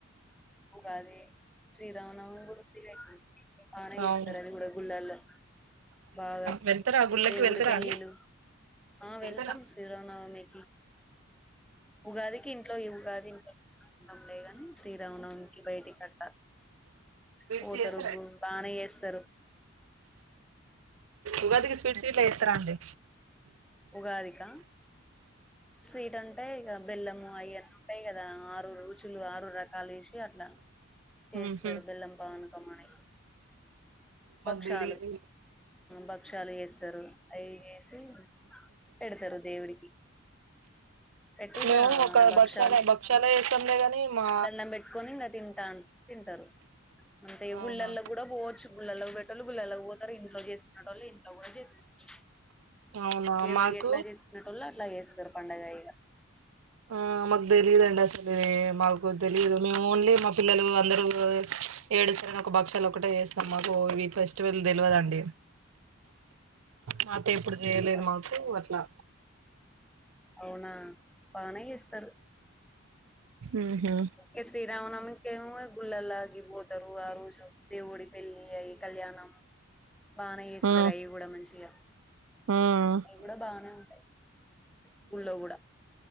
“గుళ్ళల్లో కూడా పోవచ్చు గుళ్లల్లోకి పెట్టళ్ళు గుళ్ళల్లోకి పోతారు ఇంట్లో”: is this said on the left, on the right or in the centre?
Centre